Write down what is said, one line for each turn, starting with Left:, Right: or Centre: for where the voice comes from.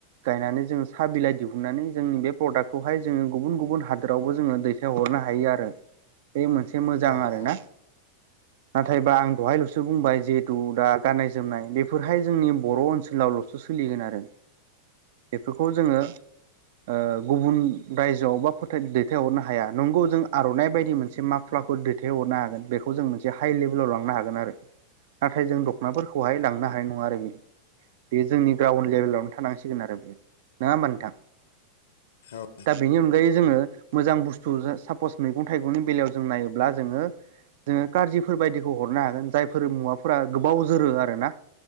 Right: गायनानै जोङो सा बिलाइ दिहुननानै जोंनि बे प्रडाक्टखौहाय जोङो गुबुन गुबुन हादोरावबो जोङो दैथायहरो। नो हायो आरो बे मोनसे मोजां
Left: औ उम औ उम
Right: आरोना।
Left: उम औ उम
Right: नाथायबा आं दहायल'सो बुंबाय जिहेथु दा गाननाय जोमनाय बेफोरहाय जोंनि बर' ओनसोलावल'सो सोलिगोन आरो बेफोरखौ जोङो ओ गुबुन रायजोआव बा फोथाथ दैथायहरनो हाया नंगौ जों आर'नाइ बायदि मोनसे माफ्ला खौ दैथायहरनो हागोन बेखौ जों मोन हाइ लेभेलाव लांनो हागोन आरो नाथाय जों दख'नाफोरखौहाय लांनो हानाय नङा आरो बिदि बेयो जोंनि ग्राउन्ड
Left: उम
Right: लेभेलावनो थानांसिगोन आरो बेयो नङा होमबा नोंथां
Left: औ।
Right: दा बेनि अनगायै जोङो मोजां बुस्थु सापस मैगं थाइगंनि बेलायाव जों नायोब्ला जोङो जोङो खारजिफोर बायदिखौ हरनो हागोन जायफोर मुवाफोरा गोबाव जोरो आरो ना